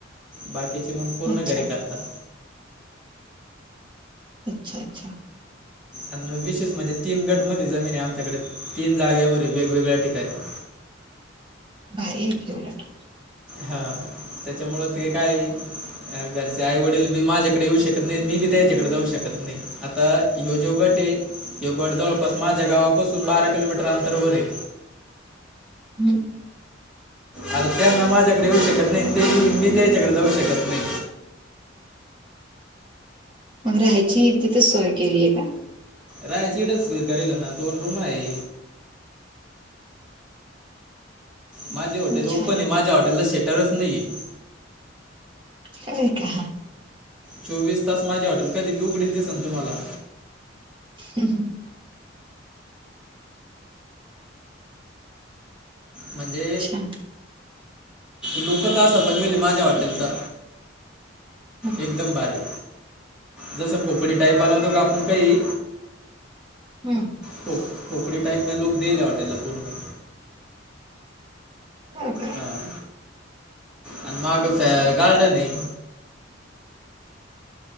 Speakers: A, in the centre; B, on the right.
A: बाकीचे मग, पूर्ण
B: अच्छा
A: घरी करतात.
B: अच्छा अच्छा.
A: आणि विशेष म्हणजे तीन गटमध्ये जमीन आहे, आमच्याकडे तीन जागेवर वेगवेगळ्या ठिकाणी.
B: भारी हाय की उलट.
A: हां.. तेच्यामुळ ते कायं, घरचे आई वडील बी माझ्याकडे येऊ शकत नाही, मी बी त्यांच्याकडे जाऊ शकत नाही. आता ह्यो जो गट ये. ह्यो गड जवळपास माझ्या गावापासून बारा किलोमीटर अंतर वर ये.
B: हम्म.
A: आता त्यांना माझ्याकडे येऊ शकत नाही, ते मी त्यांच्याकडे जाऊ शकत नाही.
B: मग राहायची, तिथेच सोय केलीय का.
A: राहायची इथंच सोय करेल ना, दोन रूमा आहे. माझे हॉटेल
B: मग
A: ओपन
B: छान
A: आहे, माझ्या हॉटेला शेटरच नाहीे.
B: काय का
A: चोवीस तास माझी हॉटेल, कधी बी उघडीच दिसन तुम्हाला.
B: हम् हम.
A: म्हणजे,
B: छान
A: लूकच असा बनविला माझ्या हॉटेलचा.
B: हम्म
A: एकदम भारी. जसं खोपडी टाईप बनवतो, का आपण काही.
B: हम्म.
A: खोप-खोपडी टाईपन लूक देईले हॉटेलला पूर्ण.
B: हो कां.
A: हां. आणि मागचं गार्डन ये.